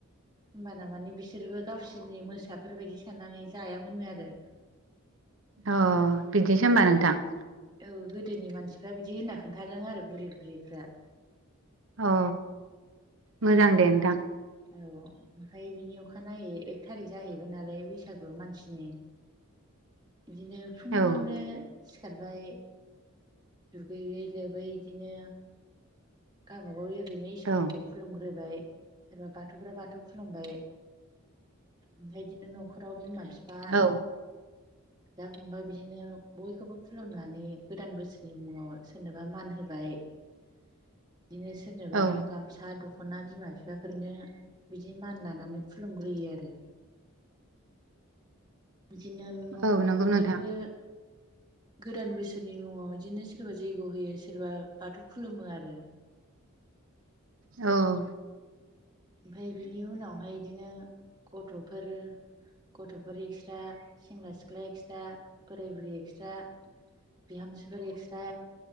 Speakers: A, on the right; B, on the right.
A: होमबाना माने बिसोरबो गावसोरनि मोसाफोरबायदि साननानै जायामोननो आरो।
B: अ बिदिसै होनोमबा नोंथां?
A: औ गोदोनि मानसिफ्रा बिदि होनना खोन्थादों आरो बुरि बुरिफ्रा।
B: अ मोजां दे नोंथां।
A: औ ओमफ्राय बिनि अखानायै एक थारिक जाहैबाय नालाय बैसागु मानसिनि। बिदिनो फुङावनो
B: औ
A: सिखारबाय दुगैयै लोबै बिदिनो गावबा गाव ओरैनो इसोरफोरखौ
B: औ
A: खुलुमग्रोबाय सोरबा बाथौफ्रा बाथौ खुलुमबाय। ओमफ्राय इदिनो न'खराव बिमा बिफा
B: औ
A: बिदा फंबाय बिदिनो बयखौबो खुलुमनानै गोदान बोसोर नि मुङाव सोरनोबा मान होबाय बिदिनो सोरनोबा
B: औ
A: गामसा द खना बिमा बिफाफोरनो बिदि मान लानानै खुलुमग्रोयो आरो। बिदिनो न'
B: औ
A: न'
B: नंगौ
A: बयबो
B: नोंथां
A: गोदान बोसोरनि मुङाव इदिनो सोरबा जैग' होयो सोरबा बाथौ खुलुमो आरो।
B: औ
A: ओमफाय बिनि उनावहाय इदिनो गथ'फोर गथ'फोर एक्स्ट्रा, सेंग्रा सिख्ला एक्स्ट्रा, बोराय बुरै एक्स्ट्रा बिहामजोफोर एक्स्ट्रा